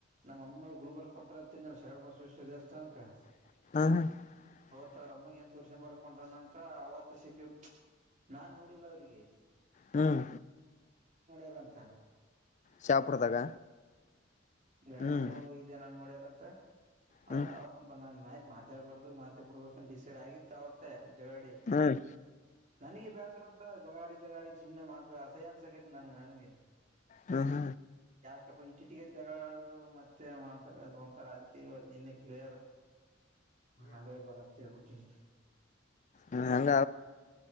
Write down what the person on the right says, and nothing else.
ನಮ್ಮನ್ನ ಅವರ್ನ ಗುಲ್ಬರ್ಗ ಕೊಟ್ಟೂರು ದ್ರವದಿಂದ ಚಲೋ ರಶ್ ದೇವಸ್ಥಾನಕ್ಕೆ
ಅವರಮ್ಮ <unintelligible> ತೋರಿಸಿಕೊಂಡು ಬರಕ್ ಹೊಂಟಾನಂತ ಅವತ್ತು ಸಿಟಿ ನಾ ನೋಡಿಲ್ಲ ಅವರಿಗೆ
ಏನಂತ
ಗಾಡಿ
ತಗೊಂಡು ಹೋಗಿದ್ದು ನನ್ನ ನೋಡ್ಯಾರಂತ
ಅವತ್ತು ಅವತ್ತು ಮಾತಾಡಬಾರದು ಮಾತಾಡಬಾರದು ಅಂತ ಡಿಸೈಡ್ ಆಗಿದ್ದವಂತೆ ಜಗಳ ಆಡಿ
ನನಿಗೆ ಬ್ಯಾಸ್ ಬ್ಯಾಸರ ಹೊಂಟದ ಜಗಳ ಆಡಿ ಜಗಳ ಆಡಿ ಸುಮ್ನೇ ಮಾತ್ ಬಿಡದೆ ಅಸಯ್ಯ ಅನ್ನೋ ತೆಗೆದ್ ನಲ್ಲ ಹಂಗೆ
ಯಪ್ಪ ಇಟ್ ಇಟ್ ಗೆ ಜಗಳ ಆಡದು ಮತ್ತೇ ಮಾತಾಡದು ಒಂಥರಾ ಅದಿಕ್ಕೆ ಇವತ್ ನೆನ್ನೆ ಕ್ಲಿಯರ್ ಮಾಡೇ ಬ್ಯಾಡ್ ಅಂತ್ ಹೇಳ್ಬಿಟ್ಟಿನ